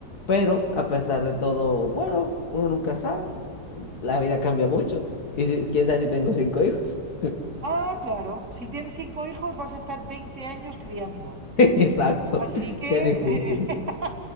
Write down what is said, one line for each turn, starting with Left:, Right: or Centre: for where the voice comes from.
Left: Pero a pesar de todo, bueno, uno nunca sabe. La vida cambia mucho. Y si- quién sabe si tengo cinco hijos. <laughs>
Right: Ah, claro. Si tienes cinco hijos, vas a estar 20 años criando.
Left: Exacto.
Right: Así que,
Left: Qué difícil.
Right: <laughs>